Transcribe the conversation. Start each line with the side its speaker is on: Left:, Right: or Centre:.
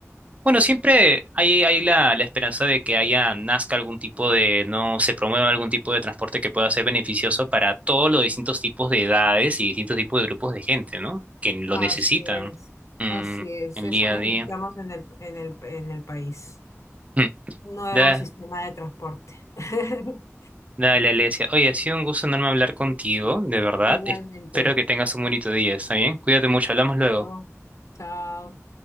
Right: bueno, siempre hay, hay la, la esperanza de que haya, nazca algún tipo de, no se promueva algún tipo de transporte que pueda ser beneficioso para todos los distintos tipos de edades y distintos tipos de grupos de gente, ¿no? Que lo
Left: Así
Right: necesitan
Left: es,
Right: mm,
Left: así es.
Right: el
Left: Eso
Right: día
Left: necesitamos
Right: a día.
Left: en el, en el, en el país.
Right: Mm.
Left: Un nuevo
Right: Da-
Left: sistema de transporte. <laughs>
Right: dale, Alesia. Oye, ha sido un gusto enorme hablar contigo, de verdad.
Left: Igualmente.
Right: Espero que tengas un bonito día, ¿está bien? Cuídate mucho, hablamos luego.
Left: Chao. Chao.